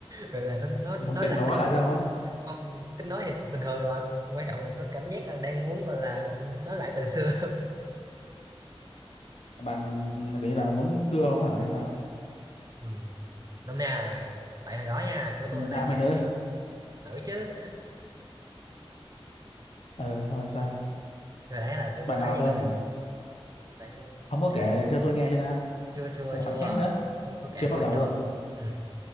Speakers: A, on the right; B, on the left.
A: gọi là nó nó nói
B: Muốn kết
A: lại
B: nối
A: tình-
B: lại với ông á?
A: ông cái nói thì bình thường rồi quan trọng là có cảm giác là đang muốn gọi là nói lại tình xưa <laughs>
B: Bạn kiểu như là muốn cưa ông hả hay sao?
A: ừ. nôm na là vậy tại hồi đó nha kiểu
B: Nạ
A: tôi bạn nói
B: mày
A: chuyện
B: nữa.
A: cho nữ chứ
B: ờ xong rồi sao?
A: hồi đấy là kiểu
B: Bạn
A: tôi bạn
B: nào
A: nói chơi
B: cơ
A: chung
B: nhỉ?
A: bạn
B: Ông có
A: thứ-
B: kể cho tôi nghe chưa ta?
A: chưa chưa
B: Hay là
A: chưa
B: bạn khác nữa?
A: tôi, tôi kể
B: Chưa
A: mới
B: bao
A: biết
B: giờ
A: được
B: luôn.
A: ừ.